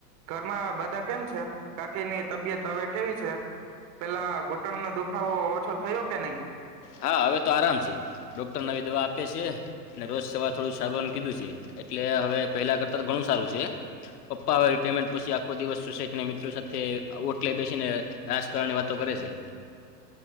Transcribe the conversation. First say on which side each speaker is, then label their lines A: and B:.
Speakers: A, on the right; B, on the left.
A: ઘરમાં બધા કેમ છે? કાકીની તબિયત હવે કેવી છે? પેલા ઘૂંટણનો દુખાવો ઓછો થયો કે નહી?
B: હા, હવે તો આરામ છે, ડોક્ટર નવી દવા આપે છે અને રોજ સવાર થોડું ચાલવાનું કીધું છે, એટલે હવે પહેલા કરતાં તો ઘણું સારું છે પપ્પા હ રિાયરમેન્ટ પછી આખો દિવસ સુસે ને મિત્રો સાથે વોટ લઈ બેસીને રાજકારણ ની વાતો કરે છે